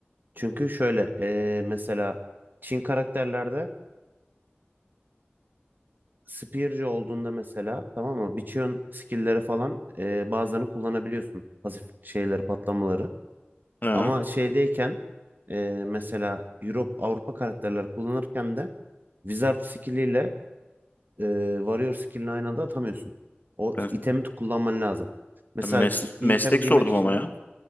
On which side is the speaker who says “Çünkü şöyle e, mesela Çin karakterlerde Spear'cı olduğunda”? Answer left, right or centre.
Right